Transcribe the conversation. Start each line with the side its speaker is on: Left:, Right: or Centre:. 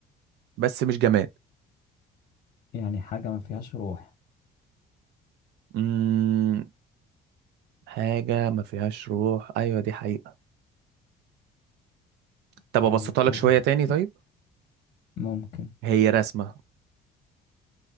Right: بس مش جماد
Left: يعني حاجة ما فيهاش روح
Right: مم. حاجة ما فيهاش روح ايوه دي حقيقة طب
Left: طيب
Right: ابسطها لك
Left: <laughs>
Right: شوية تاني طيب
Left: آه، ممكن
Right: هي رسمة